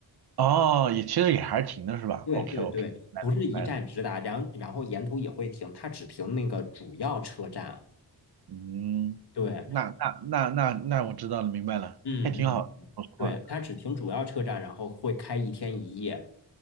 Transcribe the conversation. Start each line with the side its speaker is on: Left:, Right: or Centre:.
Right: 哦，也其实也还是停的是吧？OK
Left: 对对对，
Right: OK，来了来了，
Left: 不是一站直达，然后然后沿途也会停，它只停那个主要车站。
Right: 嗯，
Left: 对，
Right: 那那那那那我知道了，明白了，
Left: 嗯嗯，
Right: 还挺好的，说实话。
Left: 对，它只停主要车站，然后会开一天一夜，